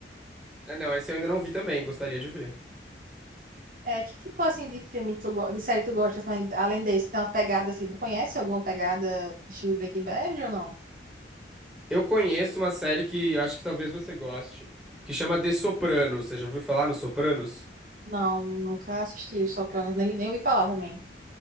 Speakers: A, in the centre; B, on the right.
A: É, Não, esse eu ainda não vi também, gostaria de ver.
B: É, que tipo assim de filme tu, go- de série tu gosta, assim, além desse, tem uma pegada assim, tu conhece alguma pegada estilo Breaking Bad ou não?
A: Eu conheço uma série que eu acho que talvez você goste, que chama The Sopranos. Você já ouviu falar no Sopranos?
B: Não, nunca assisti os Sopranos, nem, nem ouvi falar também.